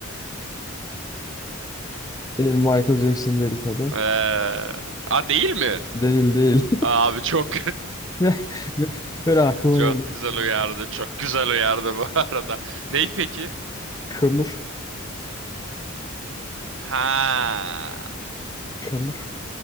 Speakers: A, on the left (about 20°); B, on the right (about 65°).
A: Değil Michael Jackson değil tabii.
B: Eee, a değil mi?
A: Değil değil.
B: Abi çok
A: <laughs> ve ve Böyle
B: <laughs>
A: aklıma
B: çok
A: geldi
B: güzel
A: sadece.
B: uyardı. Çok güzel uyardı bu arada. Ney peki?
A: Kömür.
B: Ha,
A: Kömür.